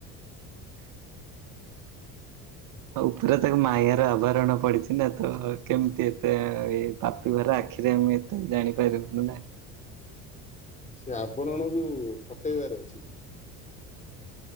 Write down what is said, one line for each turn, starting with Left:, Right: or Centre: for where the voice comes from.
Right: ଆଉ ଉପରେ ତାକୁ ମାୟାର ଆବାରଣ ପଡ଼ିଛି। ଇନା ତ କେମତି ଏତେ ଏଇ ପାପି ଭରା ଆଖିରେ ଆମେ ଏତେ ଜାଣିପାରିବୁନୁ ନା।
Left: ସେ ଆବରଣକୁ ଫଟେଇବାର ଅଛି।